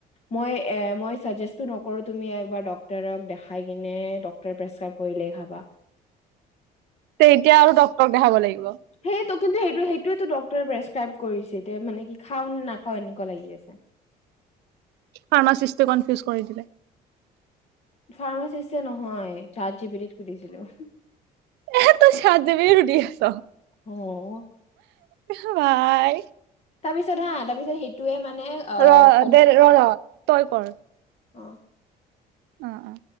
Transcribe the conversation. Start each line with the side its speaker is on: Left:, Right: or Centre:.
Left: মই এ মই চাগেষ্টটো নকৰোঁ, তুমি একবাৰ ডক্টোৰক দেখাই কিনে ডক্টৰে প্ৰেছক্ৰাইব কৰিলেই খাবা।
Right: তেতিয়া আৰু ডক্তৰক দেখাব লাগি
Left: সেইটো কিন্তু সেইটো সেই। এইটোৱেই তো ডক্তৰে প্ৰেছক্ৰাইব কৰিছে, এতিয়া মানে কি খাও নে নাখাও এনেকুৱা লাগি আছে।
Right: ফাৰ্মাচিষ্ট কনফিউজ কৰি দিলে।
Left: ফাৰ্মাচিষ্ট নহয়, চাৰ্চ গিপিতিত সুধিছিলো।
Right: এ তই চাত গিপিতিত সুধি আছ।
Left: অ'।
Right: আহ বাই।
Left: তাৰপিছ হা, তাৰ পিছত সেইটোে মানে অ'
Right: <unintelligible>
Left: কন
Right: তই কৰ।
Left: অ।
Right: অঁ অঁ